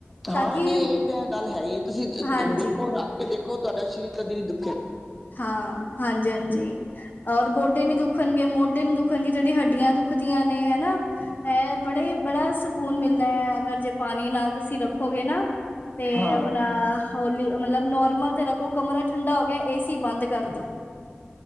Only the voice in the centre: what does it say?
ਹਾਂ
ਨਈ ਏ ਤਾਂ ਗੱਲ ਹੈ ਈ ਤੁਸੀਂ
ਦੇਖੋ ਰੱਖ ਕੇ ਦੇਖੋ ਤੁਹਾਡਾ ਸਰੀਰ ਕਦੇ ਨੀ ਦੁ
ਹਾਂ